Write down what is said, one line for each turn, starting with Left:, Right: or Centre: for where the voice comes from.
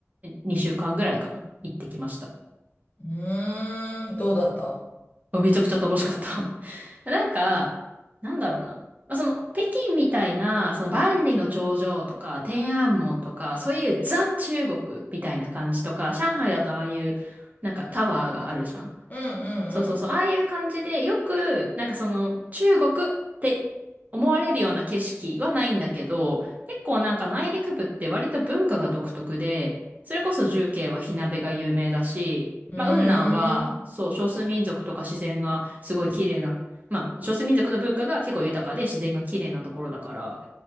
Right: 2週間ぐらいかな、行ってきました。
Left: うーん、どうだった
Right: めちゃくちゃ楽しかった。<laughs> なんか、なんだろうな。まあ、その、北京みたいな、その万里の長城とか、天安門とか、そういうザ・中国みたいな感じとか、上海だとああいう、なんかタワーがあるじゃん。
Left: うん
Right: そうそうそう、
Left: うん
Right: ああいう感じで、よく、なんかその、中国って思われるような景色はないんだけど、結構なんか内陸部って割と文化が独特で、それこそ重慶は火鍋が有名だし、
Left: うん。
Right: まあ、雲南は、
Left: うーん。
Right: そう、少数民族とか自然がすごい綺麗な、まあ、少数民族の文化が結構豊かで自然が綺麗なところだから、